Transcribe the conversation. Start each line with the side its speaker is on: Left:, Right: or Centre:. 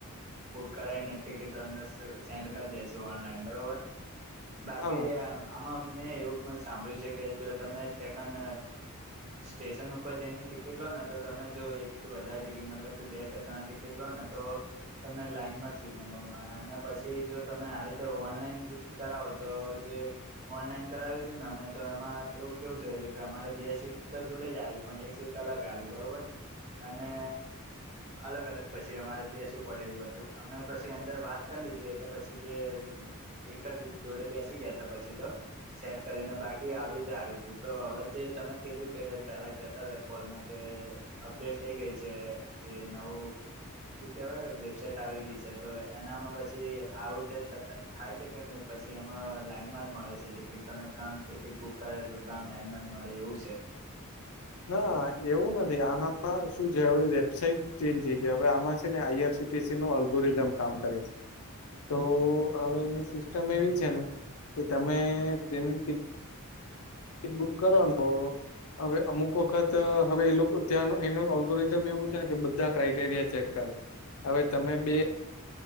Right: બુક કરાઇને ટિકિટ તમને સ સેન્ડ કરી દેશું ઓનલાઈન બરોબર બાકી
Left: હા
Right: આમાં મેં એવું પન સાંભળ્યું છે કે જો તમે તેકન સ્ટેશન ઉપર જઈને ટીકી ઇલો ને તો તમે જો એક થી વધારે ટિકિટ મતલબ કે બે કે તણ લો ને તો તમને લાઈનમાં સીટ નંબર મળે અને પછી જો તમે આવી રીતે ઓનલાઈન કરાવો તો જે ઓનલાઈન કરાવ્યું તું ને અમે તો એમાં એવું કેવું થયેલું કે અમારે બે સીટ તો જોડે જ આવી પણ એક સીટ અલગ આવી બરોબર અને અલગ અલગ પછી અમારે બેસવુ પડે એવું હતું અમે પછી અંદર વાત કરી લીધી એટલે પછી જે એકજ જોડે બેસી ગયા તા પછી તો સેટ કરીને બાકી આવી જ આયું તું તો હવે જે તમે કીધું કે પેલા કેતા તા કોલમાં કે અપડેટ થઈ ગઈ છે જે નવું શું કેવાય વેબસાાઈટ આવી ગઈ છે તો એનામાં પછી આવું તે થાતા થાય છે કે પછી એમાં લાઈનમાં જ મળે છે ટિકિટ તમે ત્રણ ટિકિટ બુક કરે તો ત્રણ લાઈનમાં જ મળે એવું છે.
Left: ના એવું નથી આનામાં શું છે અવે વેબસાાઈટ ચેન્જ થઈ જાય અવે આમાં છે ને આઈઆરસી સી ટી સીનો અલ્ગોરિધમ કામ કરે છે. તો હવે એની સિસ્ટમ એવી છે ને કે તમે ટ્રેનની ટી કિટ બુક કરવાનું તો હવે અમુક વખત હવે એ લોકો ત્યાંનો એનું અલ્ગોરિધમ એવું છે ને કે બધા ક્રાઈટેરિયા ચેક કરે હવે તમે બે